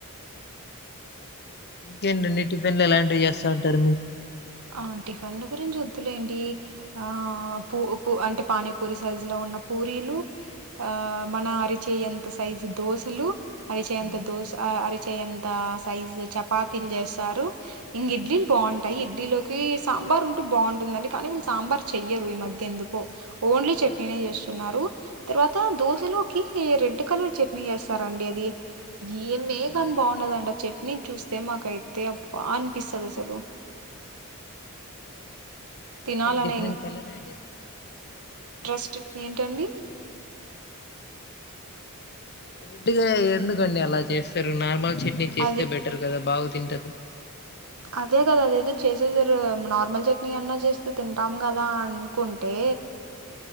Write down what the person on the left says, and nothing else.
జర్నలి టిఫిన్ ఇలాంటివి చేస్తారు మీరు
హ్మ్.
హ్మ్.
ఆ!
అవునా
అ
డిఫరెంట్
కలర్ యాడ్ చేద్దాం
రెడ్గా ఎందుకండి అలా చేస్తారు నార్మల్ చట్నీ చేస్తే
బెటర్ కదా బాగు తింటారు